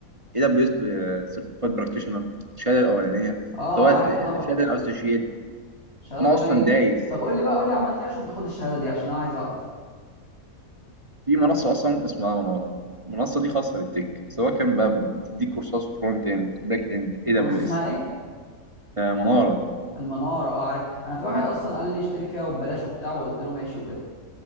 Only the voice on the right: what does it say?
اي دبليو اس سيرتيفايد براكتيشنر الشهاده الاولانيه
سواء
الشهاده الاسوشيت
انا
اصلا
دايس
في منصه اصلا اسمها مناره المنصه دي خاصه بالتك سواء كان بقى بتديك كورسات فرونت اند باك اند اي دبليو
اس
مناره
دي